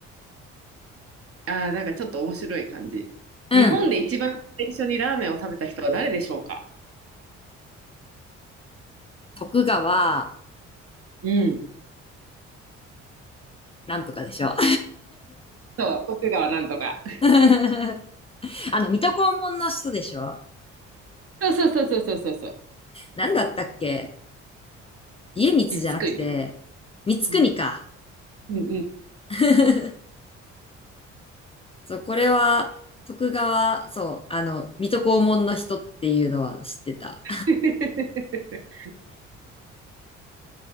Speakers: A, on the right (about 40°); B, on the left (about 15°).
A: あー、なんかちょっと面白い感じ。
B: うん。
A: 日本で一番最初にラーメンを食べた人は誰でしょうか
B: 徳川、
A: うん。
B: なんとかでしょ。
A: そう、徳川なんとか。<laughs>
B: <laughs> あの、水戸黄門の人でしょ。
A: そうそうそうそうそうそうそう。
B: なんだったっけ家光じゃなくて、
A: いつくに。う
B: 光国か。
A: ん、うん、うん。
B: <laughs> そう、これは、徳川、そう、あの、水戸黄門の人っていうのは知ってた。
A: <laughs>